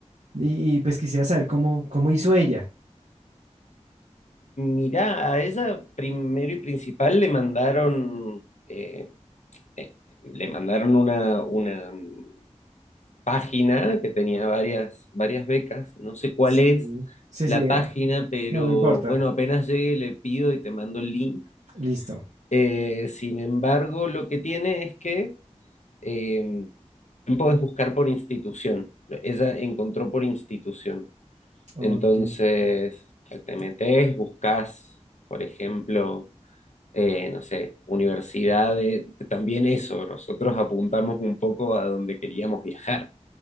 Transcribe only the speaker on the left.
Mirá, a ella primero y principal le mandaron, eh, eh, le mandaron una, una mm, página que tenía varias, varias becas. No sé cuál
es
la
página,
pero
bueno, apenas llegue le pido y te mando el link.
Eh, sin embargo, lo que tiene es que eh, podés buscar por institución. Ella encontró por institución.
Entonces, te metes, buscas, por ejemplo, eh, no sé, universidades, también eso, nosotros apuntamos un poco a donde queríamos viajar.